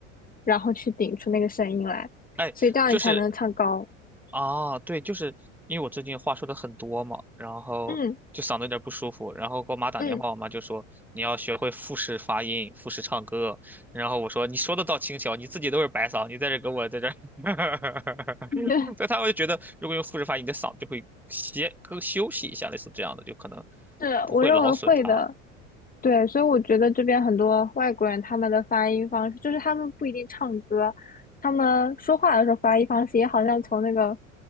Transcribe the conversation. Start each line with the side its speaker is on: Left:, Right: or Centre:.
Left: 然后去顶出那个声音来，
Centre: 哎，
Left: 所以这样你才能唱高。
Centre: 就是啊，对，就是因为我最近话说的很多嘛，然后就嗓子有点不舒服，
Left: 嗯
Centre: 然后给我妈打电话，
Left: 嗯，
Centre: 我妈就说你要学会复式发音、复式唱歌，然后我说你说的倒轻巧，你自己都是白嗓，你在这给我在这儿，<laughs>
Left: <laughs>
Centre: 所以她会觉得如果用复式发音，你的嗓子就会歇更休息一下，类似这样的，就可能
Left: 是，
Centre: 不会劳损它。
Left: 我认为会的，对，所以我觉得这边很多外国人他们的发音方式，就是他们不一定唱歌，他们说话的时候发音方式也好像从那个